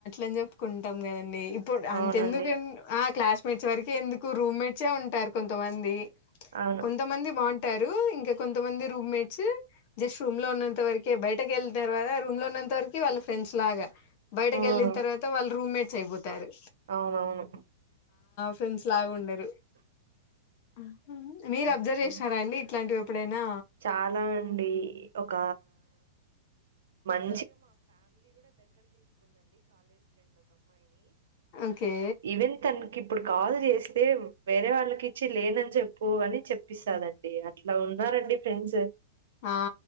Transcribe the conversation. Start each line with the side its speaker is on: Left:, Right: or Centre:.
Left: అని చెప్పుకుంటాం కదండి ఇప్పుడు అంతందుకు
Right: అవునండి
Left: అ క్లాస్ మెచ్ వరకు ఎందుకు రూమ్ మేట్స్ ఎ ఉంటారు కొంతమంది
Right: అవును
Left: కొంతమంది బాగుంటు టరు ఇంకా కొంతమంది రూమ్మేట్స్ జస్ట్ రూమ్ లో ఉన్నంత వరకె బయటక వెళ్ళిన తర్వాత రూమ్ లో ఉన్నంత వరకి వాళ్ళ ఫ్రెండ్స్ లాగా బయటకి
Right: హ్మ్
Left: వెళ్లిన తరువాత వాళ్ళు రూమ్మేట్ సేబు తరు
Right: అవునవును
Left: ఫ్రెండ్స్ లాగా ఉండరు ఆ మీరు
Right: హ్మ్.
Left: అబ్జర్వ్ చేసిర అండి ఇట్లాంటివి ఎప్పుడైనా
Right: చాలా అండి ఒక మం
Left: ఓకే
Right: ఇవెన్ తనకి ఇప్పుడు కాల్ చేస్తే వేరే వాళ్ళకి ఇచ్చి లేనని చెప్పు అని చెప్పిస్తాదండి అట్లా ఉన్నారండి ఫ్రెండ్స్
Left: ఆ